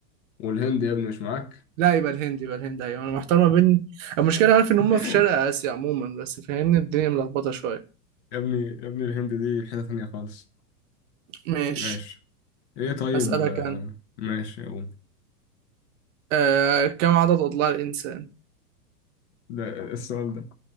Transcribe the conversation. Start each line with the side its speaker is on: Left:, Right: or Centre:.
Left: والهند يا ابني مش معاك
Right: لا يبقى الهند يبقى الهند أيوة أنا محتار ما بين المشكلة عارف إن
Left: <laughs>
Right: هم في شرق آسيا عموما بس فاهمني الدنيا ملخبطة شوية
Left: يا ابني يا ابني الهند دي حتة تانية خالص
Right: ماشي
Left: ماشي ايه طيب
Right: أسألك
Left: آه،
Right: أنا
Left: ماشي هو
Right: آه كم عدد أضلاع الإنسان؟
Left: ده السؤال ده